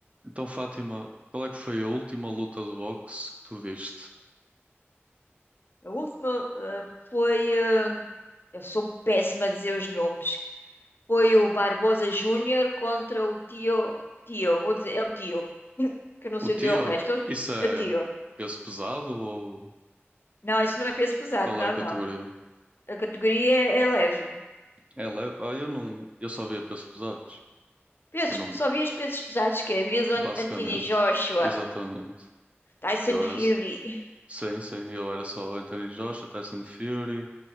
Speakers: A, on the right; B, on the left.
A: Então, Fátima, qual é que foi a última luta de boxe que tu viste?
B: A última eh, foi. eh, eu sou péssima a dizer os nomes. Foi o Barbosa Júnior contra o Tio. Tio, vou dizer, é o Tio. <laughs> Que eu não
A: O
B: sei
A: teu?
B: dizer o resto.
A: Isso é
B: É Tio.
A: peso pesado ou
B: Não, isso não é peso pesado,
A: qual
B: não,
A: é a categoria?
B: não. A categoria é, é leve.
A: É leve? Ah, eu não, eu só via pesos pesados.
B: Pesos,
A: Eu não,
B: só vi os pesos pesados que é. Vi
A: basicamente,
B: Anthony Joshua,
A: exatamente.
B: Tyson
A: Eu
B: Fury.
A: era, s- sim, sim, eu era só Anthony Joshua, Tyson Fury,